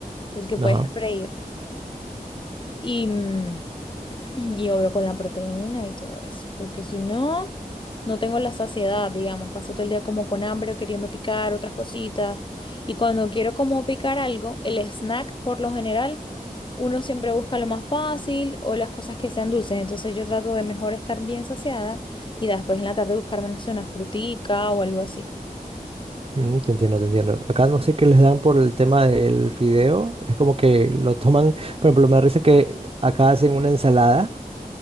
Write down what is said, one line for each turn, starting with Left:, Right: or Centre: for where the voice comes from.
Left: El que
Right: ajá,
Left: puedes freír. Y, mm, Y obvio con la proteína y todo eso, porque si no, no tengo la saciedad, digamos, paso todo el día como con hambre o queriendo picar otras cositas. Y cuando quiero como picar algo, el snack por lo general, uno siempre busca lo más fácil o las cosas que sean dulces. Entonces yo trato de mejor estar bien saciada y después en la tarde buscarme, no sé, una frutica o algo así.
Right: mm, te entiendo, te entiendo. Acá no sé qué les dan por el tema del fideo, es como que lo toman, por ejemplo, me da risa que acá hacen una ensalada,